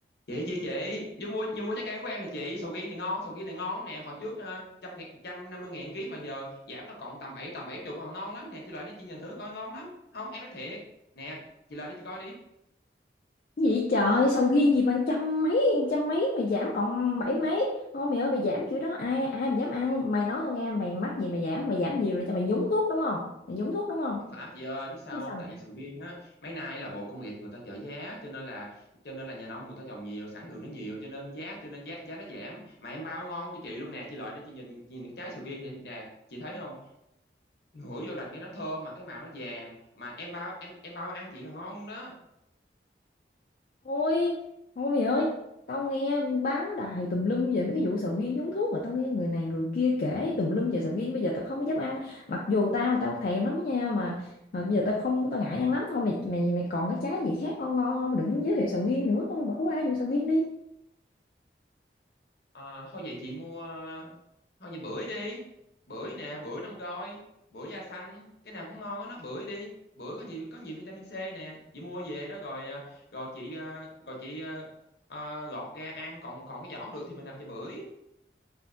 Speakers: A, on the left; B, on the left.
A: chị chị chị vô mua vô mua trái cây của em nè chị sầu riêng này ngon sầu riêng này ngon lắm nè hồi trước ờ, trăm ngàn- trăm năm mươi ngàn ký mà giờ giảm nó còn tầm bảy tầm bảy chục mà ngon lắm nè chị lại đi chị nhìn thử coi ngon lắm không em nói thiệt nè chị lại đi chị coi đi
B: Vậy trời sầu riêng gì bằng trăm mấy trăm mấy mà giảm còn bảy mấy thôi mày ơi mày giảm kiểu đó ai ai mà dám ăn mày nói tao nghe mày mắc gì mà giảm mày giảm nhiều là cho mày nhúng thuốc đúng không mày nhúng thuốc đúng không
A: không phải chị ơi biết sao
B: chứ sao
A: không
B: mà
A: tại
B: giảm
A: vì sầu riêng á mấy nay là bộ công nghiệp người ta trợ giá cho nên là cho nên là nhà nông người ta trồng nhiều sản lượng nó nhiều cho nên giá cho nên giá giá nó giảm mà em bao ngon cho chị luôn nè chị lại để chị nhìn nhìn cái trái sầu riêng này nè chị thấy không ngửi vô là nghe nó thơm mà cái màu nó vàng mà em bao em em bao ăn chị là ngon luôn đó
B: thôi thôi mày ơi tao nghe báo đài tùm lum về mấy cái vụ sầu riêng nhúng thuốc rồi tao nghe người này người kia kể tùm lum về sầu riêng bây giờ tao không có dám ăn mặc dù tao tao thèm lắm đó nha mà, mà bây giờ tao không tao ngại ăn lắm thôi mày mày mày còn cái trái gì khác ngon ngon không đừng giới thiệu sầu riêng nữa bỏ qua vụ sầu riêng đi
A: À, thôi vậy chị mua thôi vậy bưởi đi bưởi nè bưởi năm gói bưởi da xanh cái nào cũng ngon á nó bưởi đi bưởi có nhiều có nhiều vitamin C nè chị mua về đó rồi à, rồi chị à, rồi chị à, à, gọt ra ăn còn còn cái vỏ không được thì mình làm chè bưởi